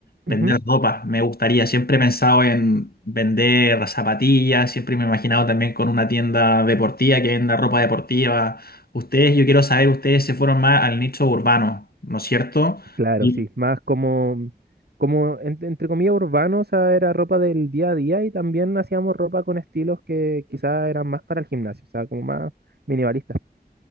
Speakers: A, on the right; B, on the left.
A: Ujú,
B: vender ropa. Me gustaría, siempre he pensado en vender zapatillas, siempre me he imaginado también con una tienda deportiva que venda ropa deportiva. Ustedes, yo quiero saber, ustedes se fueron más al nicho urbano, ¿no es cierto?
A: Claro,
B: ¿Y,
A: sí, más como, como en- entre comillas urbano, o sea, era ropa del día a día y también hacíamos ropa con estilos que quizás eran más para el gimnasio, o sea, como más minimalistas.